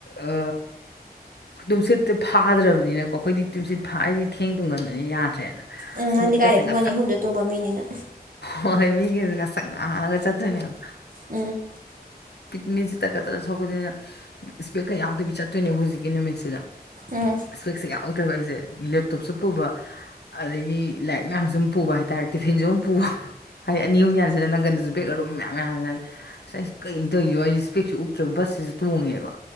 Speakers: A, on the left; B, on the right.
A: ꯑ ꯇꯨꯝꯁꯤꯠꯇꯣ ꯐꯥꯗ꯭ꯔꯕꯅꯤꯅꯀꯣ ꯑꯩꯈꯣꯏꯗꯤ ꯇꯨꯝꯁꯤꯠ ꯐꯥꯗꯤ ꯊꯦꯡ ꯇꯨꯡꯒꯟꯕꯅ ꯌꯥꯗ꯭ꯔꯦꯅ
B: ꯎꯝ
A: ꯑꯁ
B: ꯅꯪꯗꯤ
A: ꯃꯤꯠꯀꯁꯦ
B: ꯀꯥꯏꯗꯩ ꯄꯨꯡ
A: ꯉꯥꯁꯪ
B: ꯑꯅꯤ ꯑꯍꯨꯝꯗ ꯇꯣꯝꯕ ꯃꯤꯅꯤꯅ
A: ꯍꯣꯏ ꯃꯤꯒꯦ ꯉꯥꯁꯪ ꯉꯪꯉꯒ ꯆꯇꯣꯏꯅꯦꯕ
B: ꯎꯝ
A: ꯃꯦꯟꯁꯤ ꯇ ꯀ ꯇꯔ ꯁꯀꯗꯅ ꯏꯁꯄꯦꯦꯛꯀ ꯌꯥꯎꯗꯕꯤ ꯆꯠꯇꯣꯏꯅꯦꯕ ꯍꯧꯖꯤꯛꯀꯤ ꯅꯨꯃꯤꯠꯁꯤꯗ
B: ꯎꯝ ꯎꯝ
A: ꯏꯁꯋꯦꯛꯁꯦ ꯌꯥꯎꯗ꯭ꯔꯦꯕ ꯑꯩꯁꯦ ꯂꯦꯞꯇꯣꯞꯁꯨ ꯄꯨꯕ ꯑꯗꯒꯤ ꯂꯥꯏꯔꯤꯛ ꯃꯌꯥꯝꯁꯨ ꯑꯗꯨꯝ ꯄꯨꯕ ꯍꯥꯏꯇꯥꯔꯦ ꯇꯤꯐꯤꯟꯁꯨ ꯑꯗꯨꯝ ꯄꯨꯕ ꯍꯥꯏꯗꯤ ꯑꯅꯤ ꯑꯍꯨꯝ ꯌꯥꯟꯁꯤꯜꯂꯦ ꯅꯪꯒꯟꯗꯁꯨ ꯕꯦꯛ ꯑꯔꯨꯝ ꯃꯌꯥꯝ ꯌꯥꯟꯖꯥꯜꯂꯦ ꯉꯁꯥꯏ ꯀꯔꯤ ꯇꯧꯣ ꯑꯩꯁ ꯏꯁꯄꯦꯛꯁꯤ ꯎꯞꯇ꯭ꯔꯕ ꯕꯁꯁꯤꯁꯨ ꯇꯣꯡꯉꯦꯕ